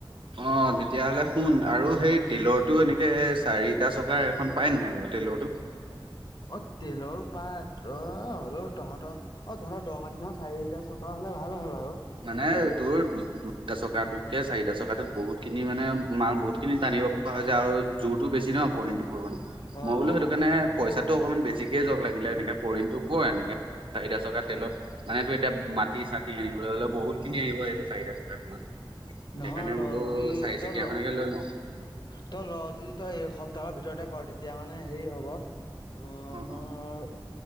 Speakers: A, on the right; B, on the left.
A: অ', তেতিয়াহ'লে শুন আৰু সেই টিলৰটো এনেকে চাৰিটা চকাৰ এখন পায় নাই বাৰু টেলৰটো।
B: অ', টেলৰ পায়, অ', হ'লেও তহঁতৰ অ', তহঁতৰ দ মাতি নহয়, চাৰিটা চকা হ'লে ভাল হয় বাৰু।
A: মানে তোৰ দু- দুটা চকাটোতকে চাৰিটা চকাটোত বহুত খিনি মানে মাল বহুতখিনি টানিব <unintelligible> যে আৰু জোৰটো বেছি ন <unintelligible>
B: অ
A: মই বোলো
B: অ
A: সেইটো <unintelligible> পইচাতো অকণমান বেছিকে জাওক লাগিলে এনেকে ফৰিনটো ফ'ৰ এনেকে চাৰিটা চকা তেলৰ মানে টোৰ এতিয়া মাটি চাটি আনিবলে হ'লে বহুত খিনি আহিব এইটো চাৰিটা চকাখনত। সেইকাৰণে
B: নহয় ল
A: বোলোঁ,
B: যদি
A: চাৰি-চকীয়া
B: তই ল
A: খনকে লৈ লওঁ।
B: তই লওঁ যদি, তই এই সপ্তাহৰ ভিতৰতে কৰ। তেতিয়া মানে, সেৰি হ'ব। উম,
A: অ',
B: আমাৰ,
A: অ',